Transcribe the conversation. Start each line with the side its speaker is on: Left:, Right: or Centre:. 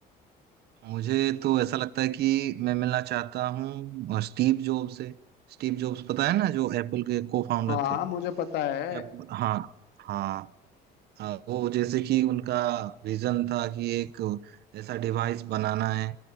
Right: मुझे तो ऐसा लगता है कि मैं मिलना चाहता हूँ स्टीव जॉब से स्टीव जॉब्स पता है ना जो एप्पल के को फाउंडर
Left: हाँ
Right: थे
Left: मुझे पता है
Right: अब हाँ हाँ आ, वो जैसे कि उनका विजन था कि एक ऐसा डिवाइस बनाना है